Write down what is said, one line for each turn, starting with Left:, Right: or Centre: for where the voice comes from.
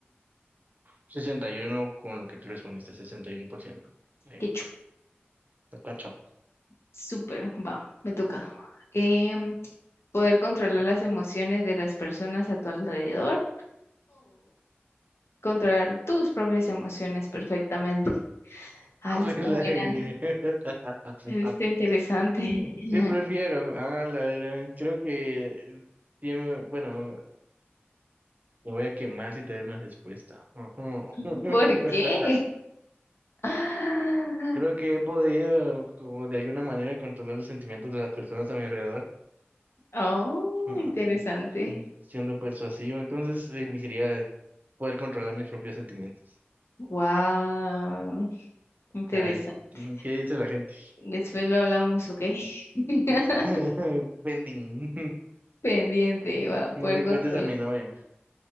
Right: 61 con lo que tú respondiste, 61%. Bueno,
Left: Qué chu-
Right: está cacha.
Left: súper, va, me toca. Em, poder controlar las emociones de las personas a tu alrededor controlar tus propias emociones perfectamente. Ah,
Right: Juela,
Left: eso está buena,
Right: güey. <laughs>
Left: eso está interesante. <laughs>
Right: ¿Qué prefiero? Ah, la verdad, creo que tiene- bueno, me voy a quemar si te doy una respuesta. Ujú. <laughs>
Left: ¿Por qué? Ah,
Right: Creo que he podido, como de alguna manera, controlar los sentimientos de las personas a mi alrededor,
Left: Oh,
Right: <laughs>
Left: interesante.
Right: Ujú. siendo persuasivo. Entonces, elegiría poder controlar mis propios sentimientos.
Left: Wow, interesante.
Right: A ver, ¿qué dice la gente?
Left: Después lo hablamos, ¿ok? <laughs>
Right: <laughs> Pending.
Left: Pendiente, va a poder
Right: No le
Left: controlar.
Right: cuentes a mi novia.